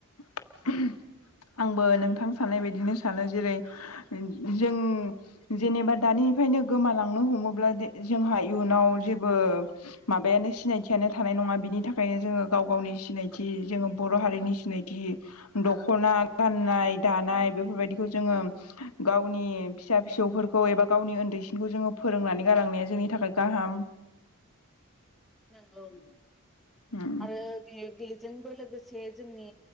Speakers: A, on the left; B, in the centre.
A: <inaudible> आंबो नोंथां साननाय बायदिनो सानो जेरै जों जेनेबा दानि फ्रायनो गोमालांनो हमोब्ला जोंहा इयुनाव जेबो माबानो सिनायथियानो थानाय नङा बिनि थाखायनो जोङो गाव गावनि सिनायथि जोङो बर' हारिनि सिनायथि। दख'ना गाननाय दानाय बेफोरबायदिखौ जोङो गावनि फिसा फि सौ फोरखौ एबा गावनि उन्दैसिनखौ जोङो फोरोंनानै गालांनाया जोंनि थाखाय गाहाम।
B: नंगौ
A: उम
B: आरो बेयो बे जोंबो लोगोसे जोंनि